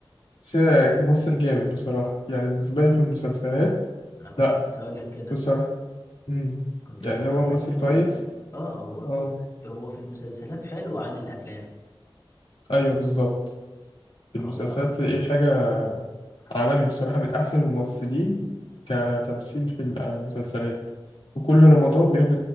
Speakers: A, on the left (about 85°); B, on the left (about 40°).
A: س- ممثل جامد بصراحة يعني بالنسبة لي في المسلسلات
B: انا كنت
A: لا
B: لسه اقول لك كده
A: بصراحة مم.
B: كنت لسه
A: يعني هو
B: اقول
A: ممثل
B: لك كده
A: كويس
B: والله اه هو
A: اه
B: بص هو في المسلسلات حلو عن الافلام
A: ايوه بالظبط في
B: هو
A: المسلسلات تلاقيه حاجة
B: حاجه
A: عالمي بصراحة
B: صعبة.
A: من أحسن الممثلين كتمثيل في المسلسلات وكل رمضان بياخد